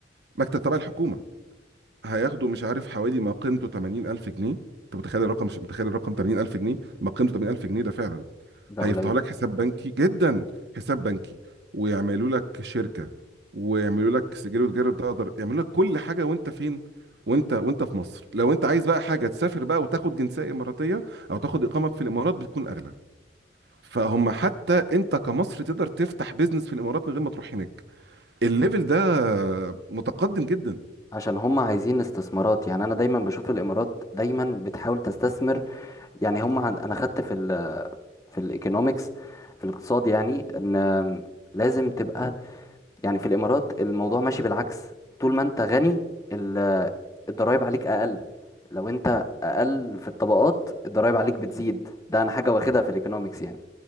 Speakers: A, on the right; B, on the left.
A: مكتب تبع الحكومه هياخده مش عارف حوالي ما قيمته 80000 جنيه انت متخيل الرقم مش متخيل الرقم 80000 جنيه ما قيمته 80000 جنيه ده فعلا
B: ده
A: هيفتحوا
B: قليل
A: لك حساب بنكي جدا حساب بنكي ويعملوا لك شركة ويعملوا لك سجل وتجاري تقدر يعملوا لك كل حاجة وانت فين وانت وانت في مصر لو انت عايز بقى حاجة تسافر بقى وتاخد جنسية إماراتية او تاخد إقامة في الإمارات بتكون أغلى فهم حتى انت كمصر تقدر تفتح بيزنس في الإمارات من غير ما تروح هناك الليفل ده متقدم جدا
B: عشان هم عايزين استثمارات يعني انا دايما بشوف الامارات دايما بتحاول تستثمر يعني هم عن... انا خدت في ال... في الايكونومكس في الاقتصاد يعني ان لازم تبقى يعني في الامارات الموضوع ماشي بالعكس طول ما انت غني ال... الضرايب عليك اقل لو انت اقل في الطبقات الضرايب عليك بتزيد ده انا حاجه واخدها في الايكونومكس يعني